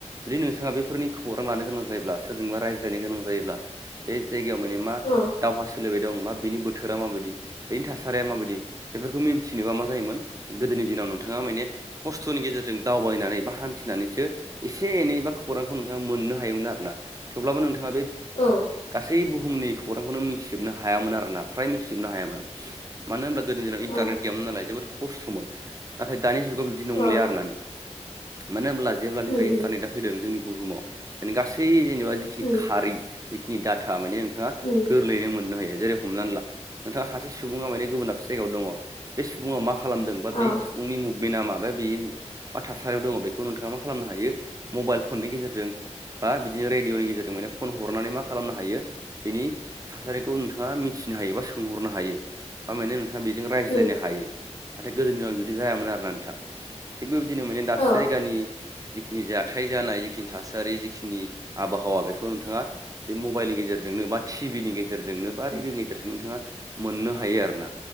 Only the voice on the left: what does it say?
औ
औ
अ
औ
उम उम
उम
उम
औ
उम
औ